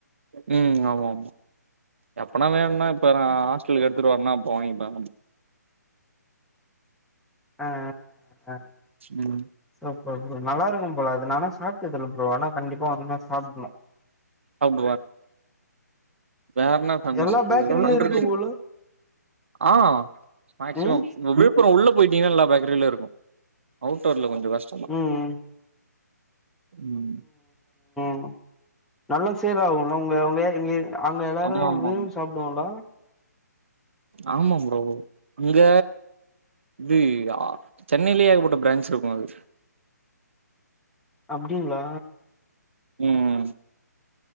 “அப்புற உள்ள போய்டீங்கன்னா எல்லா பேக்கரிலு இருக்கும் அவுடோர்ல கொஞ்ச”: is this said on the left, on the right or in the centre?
Right